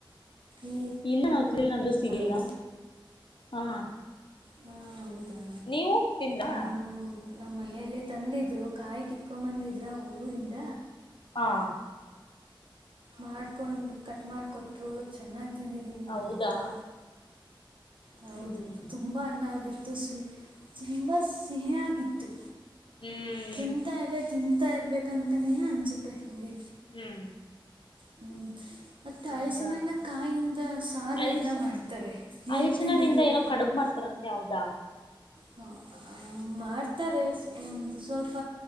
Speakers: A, on the right (about 70°); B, on the left (about 70°).
A: ಈ
B: ಇಲ್ಲ ನಾನ್ ತಿಂದಿಲ್ಲ ಜೂಸ್ ಸಿಗ್ಲಿಲ್ಲ
A: ಹಲೋ
B: ಹಾ
A: ಹ ಹೌದಾ
B: ನೀವು ತಿಂದ್ರಾ
A: ನಮ್ ನಮ್ಮ್ ಮನೆಯಲ್ಲಿ ತಂದಿದ್ರು ಕಾಯಿ ಕಿತ್ಕೊ ಬಂದಿದ್ರ ಊರಿಂದ
B: ಹಾ
A: ಮಾಡ್ಕೊಂಡು ಕಟ್ ಮಾಡಿಕೊಟ್ಟರು ಚೆನ್ನಾಗಿ ತಿಂದಿದ್ದೀವಿ
B: ಹೌದಾ
A: ನಾವಂತೂ ಹೌದು
B: ಹ್ಮ್
A: ತುಂಬಾ ಹಣ್ಣಾಗಿತ್ತು ಸಿ ತುಂಬಾ ಸಿಹಿಯಾಗಿತ್ತು
B: ಹೂ
A: ತಿಂತಾ ಇದೆ ತಿಂತಾ ಇರ್ಬೇಕಂತನೇ ಅನಿಸುತ್ತೆ ಹಂಗೆ
B: ಹೂ
A: ಹೂ ಮತ್ತ
B: ಹೌದಾ
A: ಹಲಸಿನನ್ನ ಕಾಯಿಂದ ಸಾರು
B: ಅಲ್ಸ್
A: ಎಲ್ಲ ಮಾಡ್ತಾರೆ ನೀವು
B: ಅಲ್ಸಿನ
A: ತಿಂದಿದ್ದೀರ
B: ನಿಂದ ಏನೋ ಕಡುಬು ಮಾಡ್ತಾರಂತೆ ಹೌದಾ
A: ಹೌ ಆ ಮಾಡ್ತಾರೆ ಒಂದು ಸ್ವಲ್ಪ